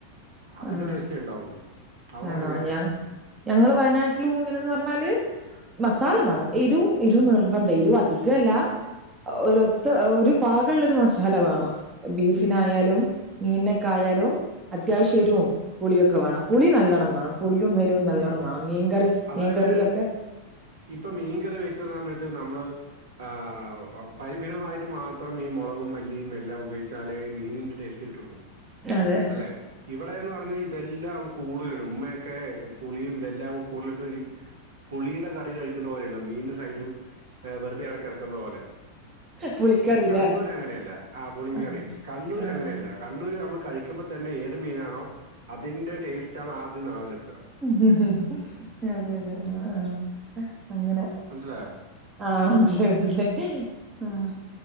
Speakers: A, on the right; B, on the right.
A: അതിന്റെ
B: ആഹ്
A: ടേസ്റ്റേണ്ടാവുള്ളു അവടെ
B: ആണോ
A: എങ്ങനെയാ?
B: ഞാ ഞങ്ങള് വയനാട്ടിലുങ്ങനെന്ന് പറഞ്ഞാല് മസാല വേണം എരു എരു നിർബന്ധ എരു അധികല്ല
A: ആ
B: ഒരു ഒരു പാകള്ളൊര് മസാല വേണം ബീഫിനായാലും മീനിനൊക്കായാലു അത്യാവശ്യംരും
A: അത് ശരി
B: പുളിയൊക്കെ വേണം പുളി നല്ലണം വേണം പുളിയും വെ എരു നല്ലണ്ണം
A: ആണല്ലേ
B: വേണം മീൻകറി
A: അതായത്
B: മീൻകറിലൊക്കെ
A: ഇപ്പൊ മീൻ കറി വെക്കുന്ന സമയത്ത് നമ്മള് ആ പരിമിതമായിറ്റ് മാത്രം ഈ മുളകും മല്ലിം എല്ലാം ഉപയോച്ചാലേ ഇ മീനിന്റെ ടേസ്റ്റ് കിട്ടുള്ളൂ
B: അതെ
A: അല്ലെ? ഇവിടെന്ന് പറഞ്ഞാ ഇതെല്ലാം കൂടതലിടും ഉമ്മയൊക്കെ പുളിയും ഇതെല്ലാം കൂടുതലിട്ട് ഈ പുളിടെ കറി കഴിക്കുന്ന പോലെല്ലാ മീൻ സൈഡും ഏ വെറുതെ അവിടെ കെടക്കുന്ന പോലെ.
B: പുളിക്കറില്ലേ
A: പക്ഷെ കണ്ണൂർ അങ്ങനെയല്ല ആ പുളിങ്കറി
B: ആഹ്
A: കണ്ണൂർ
B: ആഹ്
A: അങ്ങനെയല്ല കണ്ണൂര് അമ്മള് കഴിക്കുമ്പോ തന്നെ ഏത് മീനാണോ അതിന്റെ ടേസ്റ്റ് ആണ് ആദ്യം നാവിലെത്ത
B: മ് ഹ് ഹ് അതെ തെ ആ ആ അങ്ങനെ
A: മൻസിലായോ?
B: ആഹ് മൻസിലായി മൻസിലായി ഹ് ആഹ